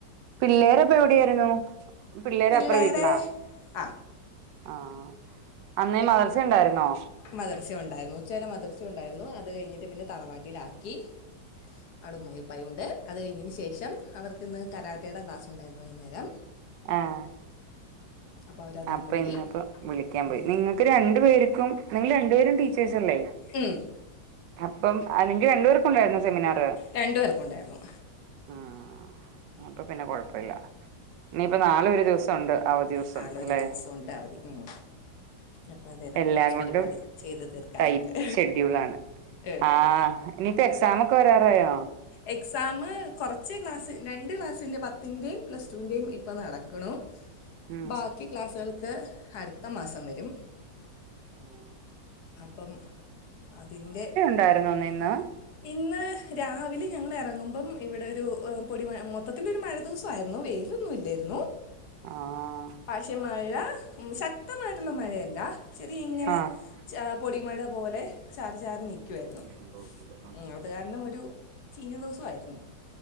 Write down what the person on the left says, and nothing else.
പിള്ളേരെ
ആ
മദ്രസയുണ്ടായിരുന്നു ഉച്ചവരെ മദ്രസയുണ്ടായിരുന്നു അത് കഴിഞ്ഞിട്ട് പിന്നെ തറവാട്ടിലാക്കി. അവിടെ ഉമ്മായും ഉപ്പായുമുണ്ട് അത് കഴിഞ്ഞതിനുശേഷം അവർക്കിന്ന് കരാട്ടേടെ ക്ലാസ്സുണ്ടായിരുന്നു വൈകുന്നേരം.
അപ്പോൾ അവരതിനും
പോയി
ഉം.
ഉം
രണ്ടു പേർക്കും ഉണ്ടായിരുന്നു.
നാളൊരു
ദിവസം ഉണ്ട് അവധി ഉം. അപ്പോൾ അത്
കുറച്ച്
പരിപാടി ചെയ്ത് തീർക്കാനുണ്ട്
ഏ.
എക്സാമ് കൊറച്ച് ക്ലാസിന്റെ രണ്ട് ക്ലാസിന്റെ പത്തിന്റെയും പ്ലസ്റ്റുന്റെയും ഇപ്പം നടക്കുണ്.
ബാക്കി ക്ലാസ്സുകൾക്ക് അടുത്ത മാസം വരും.
അപ്പം അതിൻ്റെ.
ഇന്ന് രാവിലെ ഞങ്ങളെറങ്ങുമ്പം ഇവിടെ ഒരു ഉം പൊടിമഴ മൊത്തത്തിലൊരു മഴ. ദിസായിരുന്നു വെയിലൊന്നും ഇല്ലേരുന്നു.
പക്ഷെ മഴ ശക്തമായിട്ടുള്ള മഴയല്ല ചെറിയ ഇങ്ങനെ
ച പൊടിമഴ പോലെ ചാറി ചാറി നിക്കുവായിരുന്നു
ഉം അത് കാരണം ഒരു ചീഞ്ഞ ദിവസായിരുന്നു